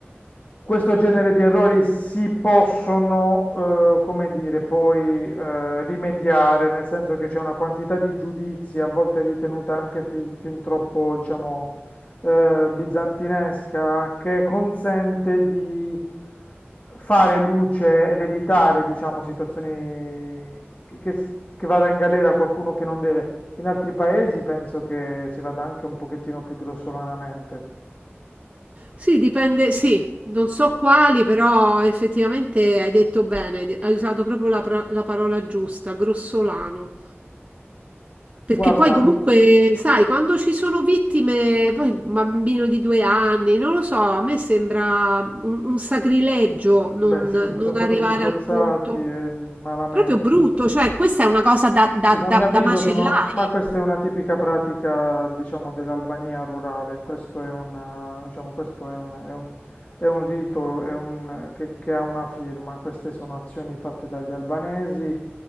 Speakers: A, on the left; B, on the right.
A: Questo genere di errori si possono, eh, come dire, poi eh, rimediare, nel senso che c'è una quantità di giudizi, a volte ritenuta anche fi- fin troppo, diciamo, eh, bizantinesca, che consente di fare luce ed evitare, diciamo, situazioni che, che s- che vada in galera qualcuno che non deve. In altri paesi penso che si vada anche un pochettino più grossolanamente.
B: Sì, dipende, sì, non so quali, però effettivamente hai detto bene, hai usato proprio la, pra- la parola giusta, grossolano. Perché
A: Guarda.
B: poi comunque, sai, quando ci sono vittime, poi un bambino di due anni, non lo so, a me sembra un, un sacrilegio non,
A: Beh, sì,
B: non
A: sono stati
B: arrivare
A: sgozzati
B: al punto.
A: eh, malamente.
B: Proprio brutto, cioè questa è una cosa da, da
A: Sì, ma
B: da-
A: a mio avviso
B: da macellare.
A: sono... Ma questa è una tipica pratica, diciamo, dell'Albania rurale. Questo è un, eh, diciamo, questo è un, è un- è un rito, è un, eh, che, che ha una firma. Queste sono azioni fatte dagli albanesi.